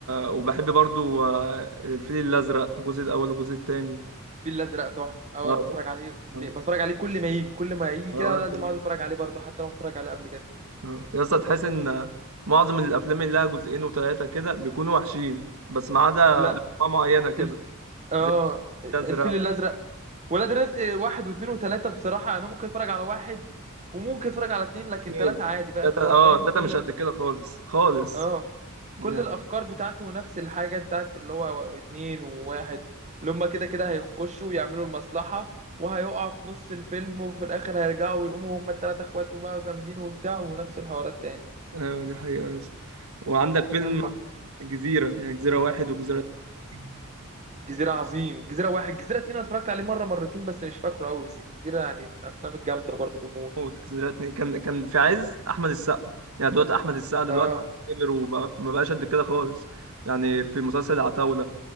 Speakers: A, on the right (about 75°); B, on the right (about 35°).
A: وبحب برضو آه، الفيل الأزرق الجزء الأول والجزء التاني
B: الفيل الازرق تحفه اول
A: آه،
B: ما بتفرج عليه بتفرج
A: آه،
B: عليه كل ما يجي كل ما يجي
A: آه،
B: كده
A: وأنا
B: لازم
A: كمان
B: اقعد اتفرج عليه برضه حتى لو اتفرج عليه قبل كده
A: آه. يا اسطى تحس ان معظم الافلام اللي لها جزئين وثلاثه كده بيكونوا وحشين بس ما عدا انواع
B: لا
A: معينه كده
B: الف... اه
A: زي الازرق
B: الفيل الازرق ولاد رزق واحد واثنين وثلاثه بصراحه انا ممكن اتفرج على واحد وممكن اتفرج على اثنين لكن
A: اثنين
B: ثلاثه عادي بقى
A: ثلاثه
B: خلاص
A: اه
B: فاهم
A: ثلاثه
B: كل
A: مش قد كده خالص خالص
B: اه
A: يعني
B: كل الافكار بتاعته نفس الحاجه بتاعت اللي هو اتنين وواحد اللي هما كده كده هيخشوا ويعملوا المصلحه وهيقع في نص الفيلم وفي الاخر هيرجعوا ويقوموا هما الثلاثه اخوات وبقوا جامدين وبتاع ونفس الحوارات تاني
A: ايوه دي حقيقه يا اسطى وعندك فيلم
B: فاهم
A: جزيره يعني جزيره واحد وجزيره اتنين.
B: الجزيرة عظيم الجزيرة واحد الجزيرة اتنين أنا اتفرجت عليه مرة مرتين بس مش فاكره أوي بس الجزيرة يعني من الأفلام الجامدة برضه موت
A: موت جزيره اتنين كان كان في عز احمد السقا يعني دلوقتي احمد السقا دلوقتي
B: آه
A: كبر وما بقاش قد كده خالص يعني في مسلسل العتاوله